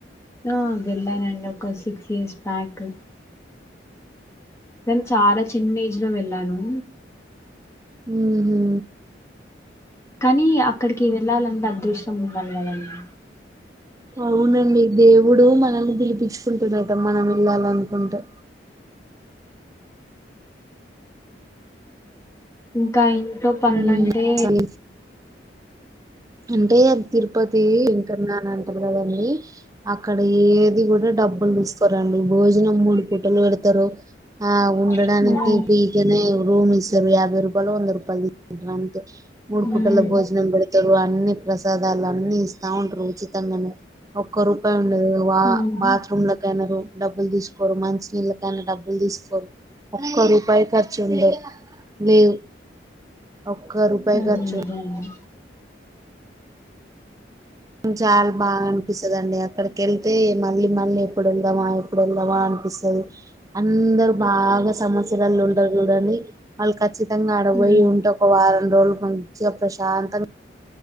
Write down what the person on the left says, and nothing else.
ఆ వెళ్లానండి ఒక్క స త్రీ ఇయర్స్ బ్యాక్ నేను చాలా చిన్న ఏజ్ లో వెళ్ళాను
కానీ అ ఇక్కడికి వెల్లాలంటే అదృష్టం ఉండాలి కదండీ
ఇంకా య ఇంట్లో పనులంటె
ఉమ్
ఉమ్
ఉమ్
అదే
అదే అండి
ఉమ్